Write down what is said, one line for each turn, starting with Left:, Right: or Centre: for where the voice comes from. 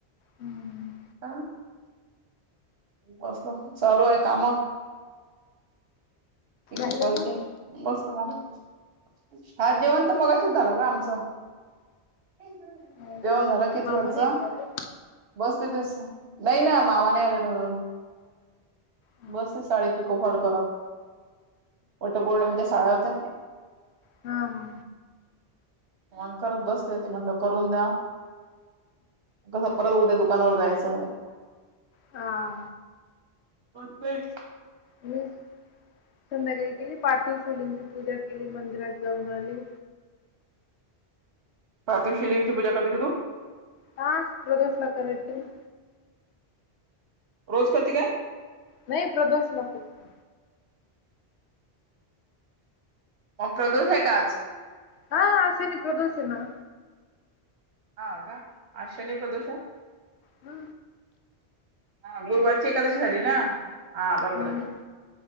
Left: हम्म
Right: का? बसलो चालू आहे काम पिको
Left: झाली
Right: फॉलचे.
Left: जेवणं?
Right: बसत मगच. हा जेवण तर मगाशीच झालं ग आमचं. जेवण
Left: हो का
Right: झालं किती
Left: मामा
Right: वरच
Left: नाही आले का अजून?
Right: बसते तस नाही ना मामा नाही आले ना अजुन
Left: हम्म.
Right: बसते साडी पिको फॉल करत. वट पौर्णिमेच्या साड्या होत्या.
Left: हा हा
Right: मग करत बसते. ते म्हटलं करून द्या. क ह परत उद्या दुकानावर जायचं.
Left: हा.
Right: होत नाही.
Left: मी संध्याकाळी केली पार्थिव शिवलिंगची पूजा केली, मंदिरात जाऊन आली.
Right: पार्थिव शिवलिंगची पूजा करती का तू?
Left: हा, प्रदोषला करायची ना.
Right: रोज करती काय?
Left: नाही, प्रदोषला फक्त.
Right: मग, प्रदोष आहे का आज?
Left: हा आज शनी-प्रदोष आहे ना!
Right: हा का? आज शनी-प्रदोष आहे.
Left: हा.
Right: हा गुरुवारची एकादशी झाली ना? हा बरोबर
Left: हम्म
Right: आहे.